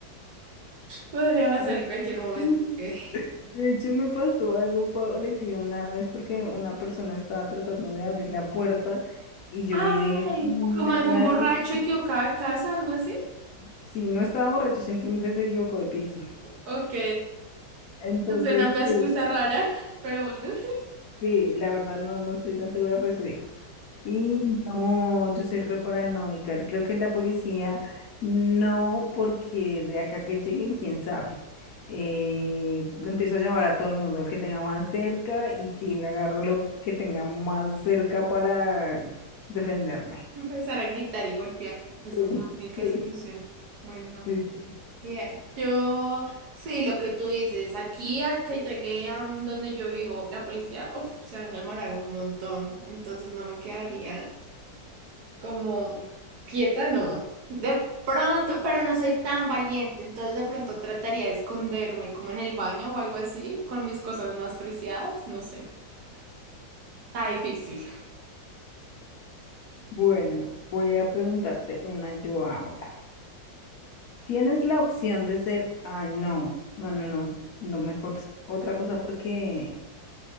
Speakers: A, on the right; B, on the left.
A: Podría pasar
B: Ay,
A: en cualquier momento.
B: sí.
A: ok.
B: De hecho, me pasó algo parecido una vez porque una persona estaba tratando de abrir la puerta y yo
A: Ay,
B: me,
A: como algún
B: me asusté.
A: borracho equivocado de casa, algo así.
B: Sí, no estaba borracho, simplemente se equivocó de piso.
A: Ok,
B: Entonces,
A: suena una
B: sí,
A: excusa rara, pero bueno.
B: sí, la verdad no, no estoy tan segura, pero estoy Y no, yo soy re paranoica. Creo que la policía no, porque de acá que lleguen, quién sabe. Eh, empiezo a llamar a todo el mundo, al que tenga más cerca, y sí, me agarro lo que tenga más cerca para defenderme.
A: Empezar a gritar y golpear.
B: <laughs>
A: Esa es la única
B: Sí, sí,
A: solución. Bueno.
B: sí, sí.
A: Ya, Yo, sí, lo que tú dices, aquí a que llegué a donde yo vivo, la policía, uff, se van a demorar un montón, entonces no me quedaría como quieta, no. De pronto, pero no soy tan valiente, entonces de pronto trataría de esconderme como en el baño o algo así, con mis cosas más preciadas, no sé. Está difícil.
B: Bueno, voy a preguntarte una yo ahora. ¿Tienes la opción de ser, ay, no, no, no, no, no, mejor s- otra cosa porque